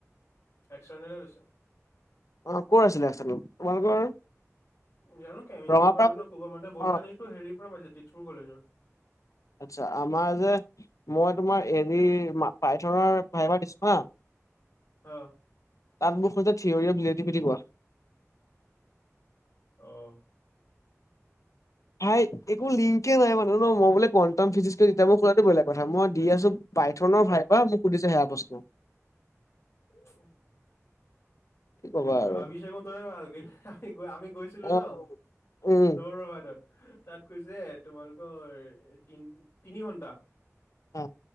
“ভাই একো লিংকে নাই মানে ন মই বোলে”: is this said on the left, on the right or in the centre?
Left